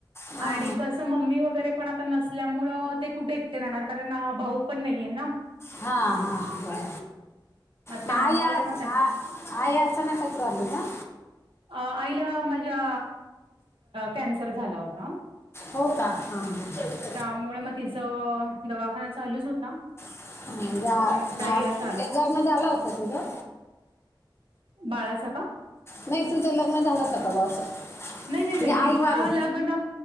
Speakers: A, on the left; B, on the right.
A: हां
B: आणि कस मम्मी वगैरे पण आता नसल्यामुळे, ते कुठे एकटे राहणार कारण. भाऊ पण नाहीये ना
A: हा हा बर मग
B: त्यामुळे
A: आई आ
B: मग त्यांना
A: आ आई अचानक च वाारली का?
B: अ आईला माझा कॅन्सर झाला होता.
A: हो का? हा ह.
B: त्यामुळे मग तिचं दवाखाना चालूच होता.
A: ह
B: पण काही यश
A: लग्न झालं होत तुझं?
B: बाळाचं का?
A: नाही तुझं लग्न झालं होत का ब असं?
B: नाही नाही
A: म्हणजे
B: नाही
A: आई
B: तिच्या
A: वारली
B: लग्न